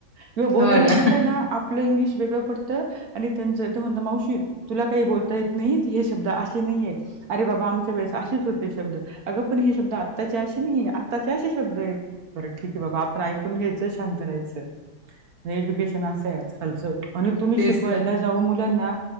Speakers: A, on the right; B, on the left.
A: किंवा बोलायंला
B: हो ना.
A: गेलो नां आप आपलं इंग्लिश वेगळं पडतं आणि त्यांचं ते म्हणंता मावशी तुलां कांहीं बोलतां येतं नाहीं हे शब्दं असे नाहीये अरे बाबां आमच्यां वेळेस असेच होते शब्दं अगं पणं हे शब्दं आत्तांच्या अशी नाहीं आहे आत्तांच्या अशीे शब्दं आहे बरं ठीक आहे बाबां आपणं ऐकूंन घेतं अयकू घ्यायचं आणि शांत रहायचं एज्युकेशन असं आहे आंता तुम्हीं
B: तेच
A: शिकवायला
B: तर.
A: जाऊं मुलांना